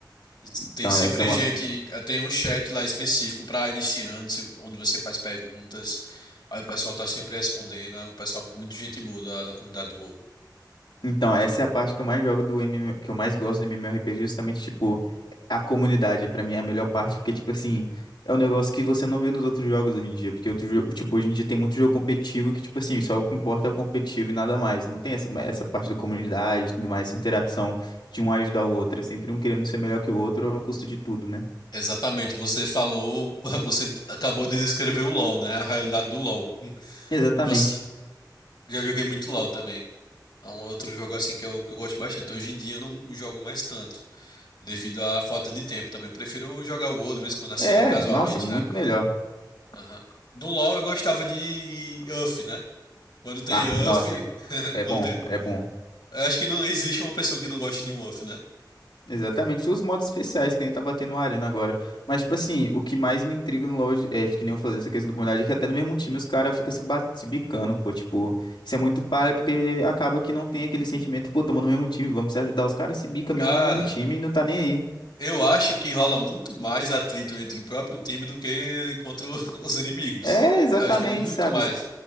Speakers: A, on the left (about 70°); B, on the left (about 85°).
A: E
B: Então,
A: Tem sempre
B: essa
A: gente, eh, tem um chat lá específico para iniciantes, onde você faz perguntas, aí o pessoal tá sempre respondendo, é um pessoal muito gente boa da, da comunidade do WoW.
B: Então, essa é a parte que eu mais jogo do MM, que eu mais gosto do MMORPG, justamente, tipo, a comunidade, pra mim, é a melhor parte, porque, tipo assim, é um negócio que você não vê nos outros jogos hoje em dia, porque outro jogo, tipo, hoje em dia tem muito jogo competitivo que, tipo assim, só o que importa é o competitivo e nada mais. Não tem essa, essa parte da comunidade e tudo mais, essa interação de um ajudar o outro. É sempre um querendo ser melhor que o outro a custo de tudo, né?
A: Exatamente, você falou, <laughs> você acabou de descrever o LoL, né? A realidade do LoL. Hum,
B: Exatamente.
A: Você, já joguei muito LoL também. É um outro jogo assim que eu, que eu gosto bastante. Hoje em dia eu não jogo mais tanto, devido à falta de tempo também. Eu prefiro jogar o WoW de vez em quando assim,
B: É,
A: casualmente,
B: nossa, muito
A: né?
B: melhor.
A: Aham. Do LoL eu gostava de uff né? Quando tem
B: Ah, nossa,
A: uff <laughs>
B: é
A: quando
B: bom,
A: tem...
B: é bom.
A: eu acho que não existe uma pessoa que não goste de um UF, né?
B: Exatamente, são os modos especiais que a gente tá batendo na arena agora. Mas, tipo assim, o que mais me intriga no LoL é, que nem eu falei dessa questão da comunidade, é que até no mesmo time os caras ficam se, bat- se bicando, pô. Tipo, isso é muito palha porque acaba que não tem aquele sentimento, pô, tamo no mesmo time, vamos se ajudar. Os caras se bicam
A: Cara,
B: mesmo no mesmo time e não tá nem aí.
A: eu acho que rola muito mais atrito entre o próprio time do que contra o- <laughs> os inimigos.
B: É, exatamente,
A: Eu acho que é muito
B: sabe?
A: mais.